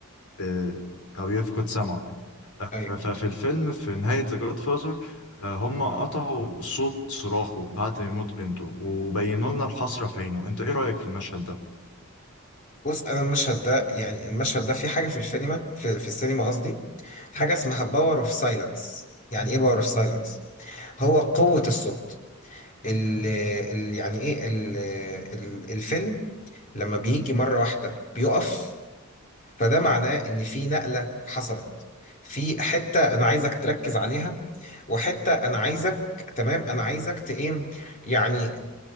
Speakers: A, on the left; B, on the left.
A: ب- أو يفقد سمعه
B: ايوه
A: ففي الفيلم في نهاية The Godfather آه، هم قطعوا صوت صراخه بعد موت بنته وبينوا لنا الحسرة في عينه انت ايه رأيك في المشهد ده؟
B: بص انا المشهد ده يعني المشهد ده في حاجه في السينما في, في السينما قصدي حاجه اسمها باور اوف سايلنس يعني ايه باور اوف سايلنس هو قوه الصوت ال ال يعني ايه ال ال الفيلم لما بيجي مرة واحدة بيقف فده معناه ان في نقلة حصلت في حتة انا عايزك تركز عليها وحتة انا عايزك تمام انا عايزك ت- ايه يعني